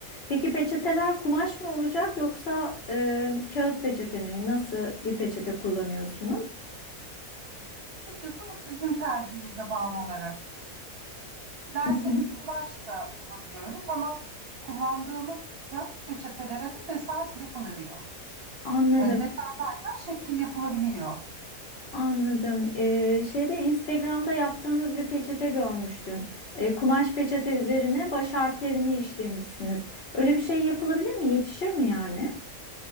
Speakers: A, on the left; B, on the right.
A: Peki peçeteler kumaş mı olacak yoksa e, kağıt peçete mi? Nasıl bir peçete kullanıyorsunuz?
B: Açıkçası bu sizin tercihinize bağlı olarak değişiyor. Dilerseniz
A: Hı hı.
B: kumaş da yapabiliyoruz ama kullandığımız kağıt peçetelere de desen yapılıyor.
A: Anladım,
B: Yani desen derken şekil yapılabiliyor.
A: anladım. E, şeyde Instagram'da yaptığınız bir peçete görmüştüm. E, kumaş peçete üzerine baş harflerini işlemişsiniz. Öyle bir şey yapılabilir mi? Yetişir mi yani?